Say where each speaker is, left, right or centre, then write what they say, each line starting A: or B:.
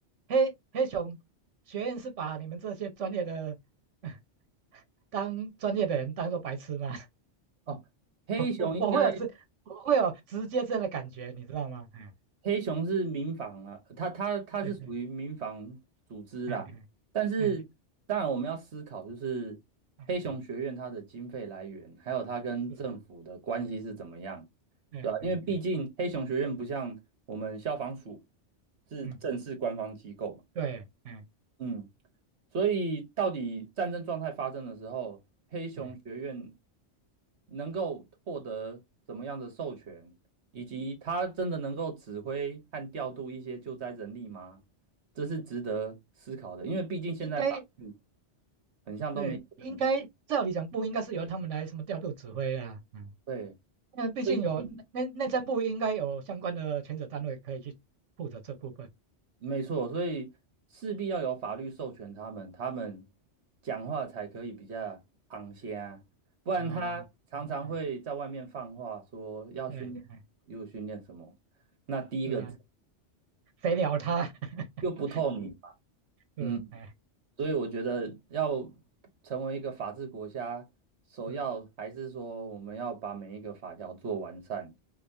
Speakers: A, on the right (about 85°); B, on the right (about 65°).
A: 黑黑熊学院是把你们这些专业的 <laughs> 当专业的人当做白痴嘛，
B: 哦，黑熊应该。
A: <laughs> 我我会有直我会有直接这样的感觉，你知道吗？嗯，
B: 黑熊是民防啊，它它它是属于民防组织啦。
A: 对对，嗯嗯
B: 但是，
A: 嗯
B: 当然我们要思考，就是黑熊学院它的经费来源，
A: 嗯嗯，
B: 还有它跟政府的关系是怎么样，
A: 是，嗯嗯嗯
B: 对吧？因为毕竟黑熊学院不像我们消防署
A: 嗯
B: 是正式官方机构嘛，
A: 嗯，对，嗯
B: 嗯。所以，到底战争状态发生的时候，黑熊学院
A: 嗯，
B: 能够获得怎么样的授权，以及它真的能够指挥和调度一些救灾人力吗？这是值得思考的，因为毕竟现在法律
A: 应该
B: 很像都没写得很
A: 对，应该照理讲不应该是由他们来什么调度指挥啊，嗯，
B: 对，
A: 那毕竟有内内政部应该有相关的权责单位可以去负责这部分。
B: 所以没错，所以势必要有法律授权他们，他们讲话才可以比较昂些不然嗯他常常会在外面放话说要训练，
A: 哦，嗯嗯对，哎，
B: 又训练什么，那第一个
A: 是啊，谁鸟他？<laughs>
B: 又不透明嘛，
A: 是，
B: 嗯，
A: 哎，
B: 所以我觉得要成为一个法治国家，首要还是说我们要把每一个法条做完善，
A: 是